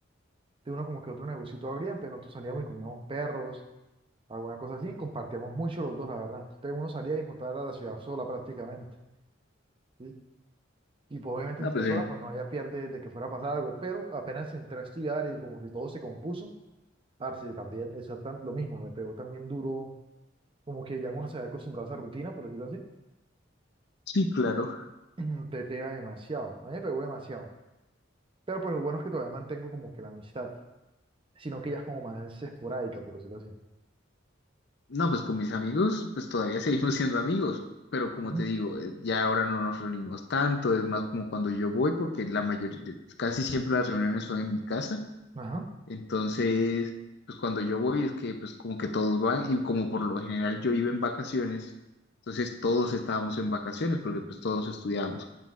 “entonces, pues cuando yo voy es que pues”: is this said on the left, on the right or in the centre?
Left